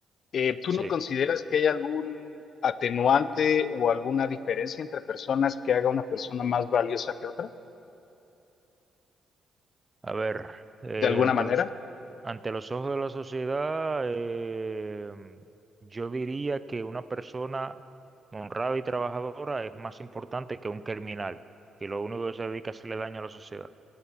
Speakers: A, on the left; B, on the right.
A: Eh, ¿tú
B: Sí,
A: no consideras que hay algún atenuante o alguna diferencia entre personas que haga una persona más valiosa que otra?
B: a ver, eh,
A: ¿De alguna
B: ante
A: manera?
B: los, ante los ojos de la sociedad, eh, yo diría que una persona honrada y trabajadora es más importante que un criminal, que lo único que se dedica es hacerle daño a la sociedad,